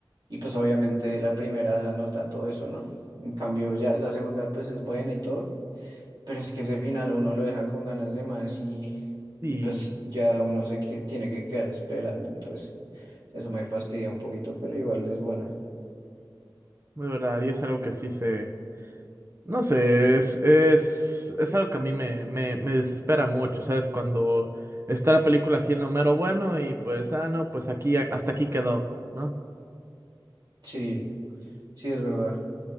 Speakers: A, on the right (about 60°); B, on the right (about 35°).
A: Y pues obviamente la primera nos da todo eso, ¿no? En cambio ya la segunda pues es buena y todo, pero es que ese final uno lo deja con ganas de más y,
B: Y
A: y pues ya uno se que, tiene que quedar esperando, entonces eso me fastidia un poquito, pero igual es buena.
B: de verdad, y es algo que sí se, No sé, es, es, es algo que a mí me, me, me desespera mucho, ¿sabes? Cuando está la película así en lo mero bueno y pues, ah, no, pues aquí, hasta aquí quedó, ¿no?
A: Sí, sí es verdad.